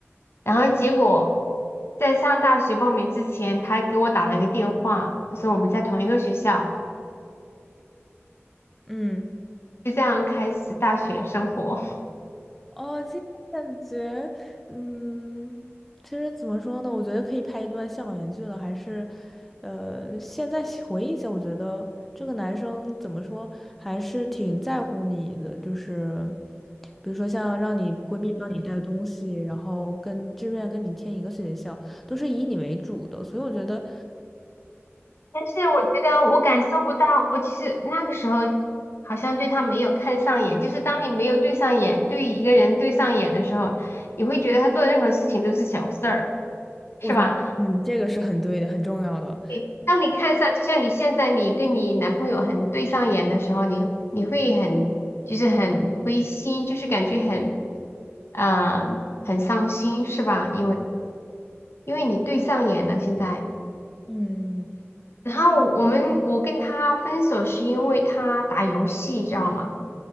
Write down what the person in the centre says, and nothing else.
嗯。
哦，其实感觉，嗯，其实怎么说呢？我觉得可以拍一段校园剧了，还是，呃，现在回忆一下，我觉得这个男生怎么说，还是挺在乎你的，就是，比如说像让你闺蜜帮你带东西，然后跟志愿跟你填一个学校，都是以你为主的，所以我觉得，
我觉得，
嗯，这个是很对的，很重要的，
嗯。